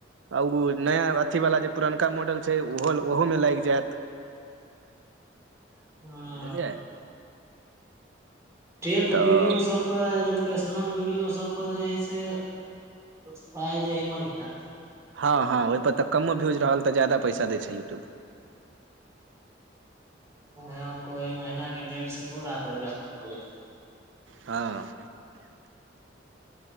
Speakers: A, on the right; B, on the right.
A: आ ओ नया अथीवाला, जे पुरनका मॉडल छै, ओहो ओहोमे लागि जायत। <inaudible>
B: हँ
A: बुझलियै
B: टेक
A: तऽ
B: वीडियो सभ पर एजुकेशनल वीडियो सभपर जे छै से पाइ दै हइ, बढ़िया।
A: हँ
B: यूट्यूब
A: हँ, ओहिपर तऽ कमो भ्यूज रहल तऽ जादा पैसा दै छै यूट्यूब।
B: हँ, कोनो कोनो महिना डेढ़सँ दू लाख रुपैया कऽ।
A: हँ